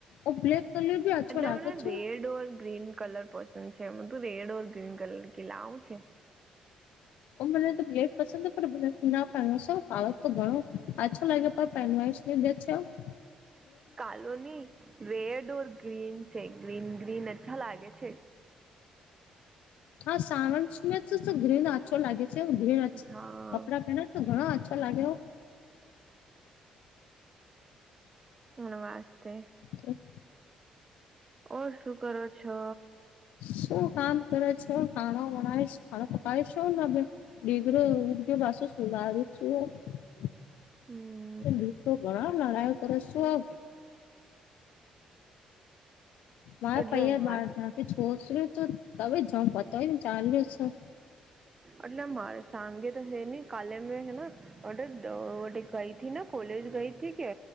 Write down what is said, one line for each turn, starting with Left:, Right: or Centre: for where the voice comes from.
Left: ઓ બ્લક કલર <inaudible>
Right: એટલે
Left: લાગે
Right: મમને
Left: છે.
Right: રેડ ઓર ગ્રીન કલર પસંદ છે એ તું રેડ ઓર ગ્રીન કલર કિ લાઓ છે.
Left: મને તો બે <unintelligible> પસંદ પણ મને ના પહેવાત તો ઘણોછો લાગે પણ પહેવા કેમ છો <inaudible>
Right: <inaudible> કાલોની રેડ ઓર ગ્રીન છે ગ્રીન ગ્રીન અચ્છા લાગે છે.
Left: હા સાવ ગ્રીન આછો લાગે છે ગ્રીન
Right: હા
Left: કપડાં પહેને <inaudible> ઘણા અચ્છો લાગ્યો
Right: હણ વાસ્તે
Left: તો <inaudible>
Right: ઓર શું કરો છો
Left: શું કામ કરે છે કાણો વણાય <unintelligible> પકાવીશ શું લાગે ડિગરો ઉર્ગ ભષો શુંાવ શું <unintelligible>
Right: હમ
Left: દતો ઘણા નારા કરે શું
Right: હ <inaudible>
Left: મારે
Right: એટલે
Left: પૈ
Right: મારે
Left: બાર જા છોસર્યું તો તમે જમ પતાયને ચાલ્યું છે <unintelligible>
Right: એટલે મારે સાંગે તો હે નઈ કાલેમ હે <inaudible> ઓ ગઈ હતીને કોલેજ ગઈ હતી કે?